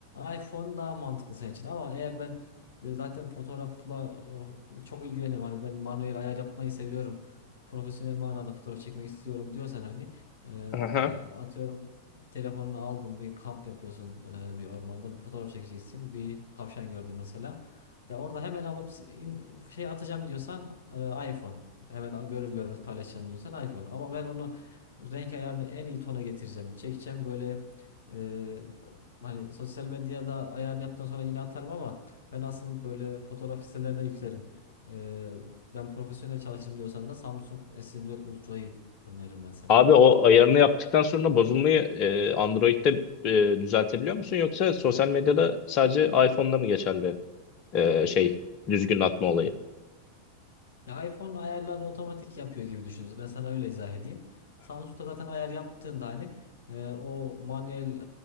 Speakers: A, on the left; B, on the left.
A: iPhone daha mantıklı senin için. Ama eğer ben böyle zaten fotoğrafla oh, çok ilgileniyorum. Hani ben manuel ayar yapmayı seviyorum. Profesyonel manada fotoğraf çekmek istiyorum diyorsan hani e,
B: Aha.
A: ya atıyorum telefonunu aldın bir kamp yapıyorsun e, bir ormanda bir fotoğraf çekeceksin. Bir tavşan gördün mesela. Ya orada hemen alıp in- şey atacağım diyorsan e, iPhone. Hemen görür görmez paylaşacağım diyorsan iPhone. Ama ben onu renk ayarını en iyi tona getireceğim. Çekeceğim böyle e, hani sosyal medyada ayarını yaptıktan sonra yine atarım ama ben asıl böyle fotoğraf sitelerine yüklerim. E, ben profesyonel çalışırım diyorsan da Samsung S24 Ultra'yı öneririm ben sana.
B: Abi o ayarını yaptıktan sonra bozulmayı e, Android'de e, düzeltebiliyor musun? Yoksa sosyal medyada sadece iPhone'da mı geçerli e, şey düzgün atma olayı?
A: Ya iPhone ayarlarını otomatik yapıyor gibi düşünün. Ben sana öyle izah edeyim. Samsung'da zaten ayar yaptığında hani e, o manuel